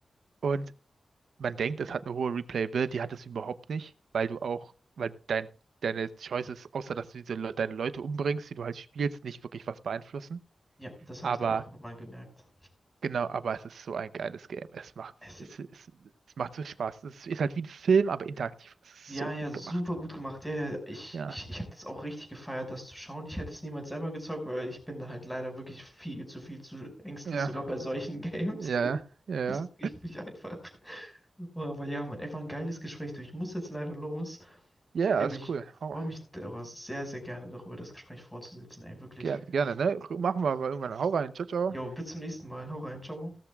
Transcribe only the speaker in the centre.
Ja, das habe
ich dann auch irgendwann mal gemerkt.
Es,
ja,
ja,
super
gut gemacht. Ja, ja, ich,
ich, ich habe das auch richtig gefeiert, das zu schauen. Ich hätte es niemals selber gezockt, weil ich bin da halt leider wirklich viel zu viel zu ängstlich,
sogar bei solchen Games.
<laughs>
Richtig einfach. Oh, Aber ja, Mann, ey, war ein geiles Gespräch. Du, ich muss jetzt leider los.
Ey, Aber
ich
freue mich da- sehr, sehr gerne darüber, das Gespräch fortzusetzen. Ey, wirklich.
Jo, bis zum nächsten Mal. Hau rein, ciao.